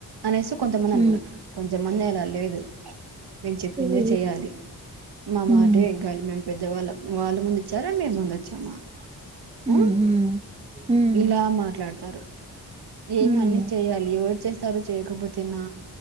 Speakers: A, on the right (about 80°); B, on the right (about 15°).
A: అనేసి కొంతమంది అనుకున్నారు
B: హ్మ్.
A: కొంతమంది అలా లేదు మేము చెప్పిందే
B: హ్మ్.
A: చెయ్యాలి మమాంటే
B: హ్మ్.
A: గ మ పెద్దవాళ్ళ వాళ్ళ ముందు జ్వరం మేముందొచ్చామ్మా
B: హ్మ్.
A: ఆ
B: హ్మ్. హ్మ్.
A: ఇలా మాట్లాడత త్తరు ఏమి
B: హ్మ్.
A: అన్ని చేయాలీ వ చ్చేస్తారు చేయకపోతేనా